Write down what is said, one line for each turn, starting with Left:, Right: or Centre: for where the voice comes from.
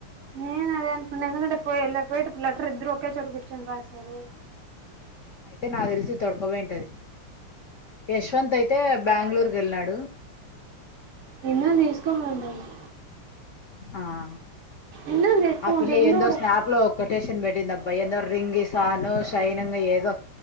Right: నేన్ అదే అనుకున్న ఎందుకంటె పో పోయేటప్పుడు లెటర్ ఇద్దరు ఒకే చోట కూర్చొని రాసేరు
Left: అయితే నాకు దెలిసి తొడకపోయింటది. ఏశ్వంత్ అయితే బెంగుళూరు కెళ్ళాడు.
Right: మిన్నన్ ఎసుకోమంటాది.
Left: ఆహ్
Right: ఎన్నో తీసుకోమంటే
Left: ఆ పిల్ల
Right: ఇందు
Left: ఏందొ
Right: కూడా
Left: స్నాప్లో ఒకట్. కోటెషన్ పెట్టిందబ్బాయి ఏందో రి రింగి సాను షైనింగ్ ఏదో